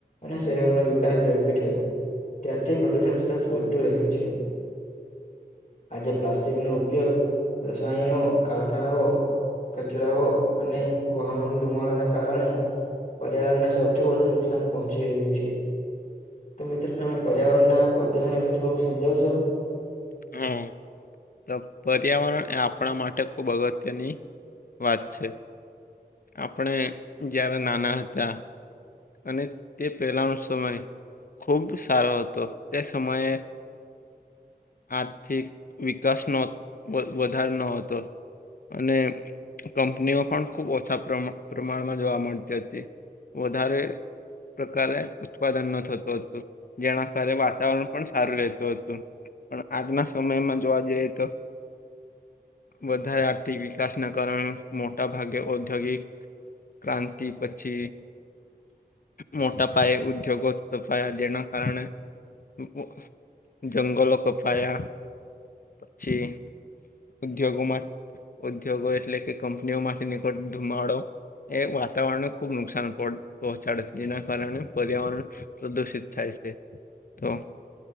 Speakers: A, on the left; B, on the left.
A: અને શહેરોનો વિકાસ ઝડપી થયો, ત્યારથી પ્રદુષણ સતત વધતું રહ્યું છે. આજે પ્લાસ્ટિકનો ઉપયોગ, રસાયણો, કારખાનાઓ. કચરાઓ અને વાહનોના ધુમાડાના કારણે. પર્યાવરણને સૌથી વધુ નુકસાન પહોંચી રહ્યું છે. તો મિત્રો તમે પર્યાવરણના પ્રદુષણ વિશે થોડુંક સમજાવશો.
B: હા. તો પર્યાવરણ એ આપણા માટે ખૂબ અગત્યની વાત છે. આપણે જ્યારે નાના હતા અને તે પહેલાંનો સમય ખૂબ સારો હતો તે સમયે આર્થિક વિકાસ નો વધ વધાર ન હતો. અને કંપનીઓ પણ ખૂબ ઓછા પ્રમા પ્રમાણમાં જોવા મળતી હતી. વધારે પ્રકારે ઉત્પાદન ન થતું હતું. જેના કારે વાતાવરણ પણ સારું રહેતું હતું પણ આજના સમયમાં જોવા જઈએ તો વધારે આર્થિક વિકાસના કારણે મોટા ભાગે ઔદ્યોગિક ક્રાંતિ પછી મોટા પાયે ઉદ્યોગો સ્થપાયા જેના કારણે <unintelligible> જંગલો કપાયા પછી ઉદ્યોગોમાં ઉદ્યોગો એટલે કે કંપનીઓમાંથી નીકળતો ધુમાડો એ વાતાવરણને ખૂબ નુકસાન પોડ પહોંચાડે જેના કારણે પર્યાવરણ પ્રદુષિત થાય છે તો